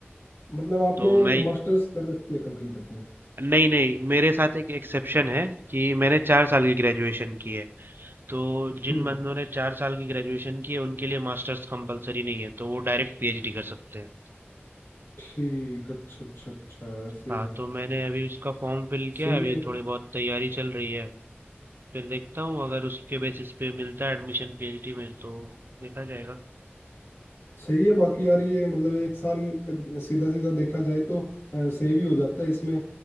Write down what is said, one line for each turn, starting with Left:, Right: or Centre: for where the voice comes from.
Left: मतलब आपने
Right: तो मैं
Left: मास्टर्स कर रखी है कंप्लीट अपनी
Right: नहीं नहीं मेरे साथ एक एक्सेप्शन है कि मैंने चार साल की ग्रेजुएशन की है तो जिन
Left: हम्म
Right: बंदों ने चार साल की ग्रेजुएशन की है उनके लिए मास्टर्स कंपलसरी नहीं है तो वो डायरेक्ट पीएचडी कर सकते हैं
Left: ठीक अच्छा अच्छा अच्छा ऐसे
Right: हाँ
Left: है
Right: तो मैंने अभी उसका फॉर्म फिल किया
Left: सही
Right: है अभी
Left: है
Right: थोड़ी बहुत तैयारी चल रही है फिर देखता हूँ अगर उसके बेसिस पे मिलता है एडमिशन पीएचडी में तो देखा जाएगा
Left: सही है बाकी यार ये मतलब एक साल सीधा सीधा देखा जाए तो सेव ही हो जाता है इसमें